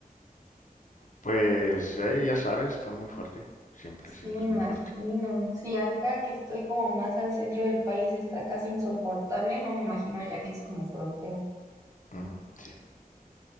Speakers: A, on the left; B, on the right.
A: Pues eh, ya sabes, está muy fuerte. Siempre,
B: Sí,
A: siempre
B: me
A: es
B: imagino.
A: muy fuerte.
B: Sí, acá que estoy como más al centro del país está casi insoportable, no me imagino allá que es como frontera.
A: Mm, sí.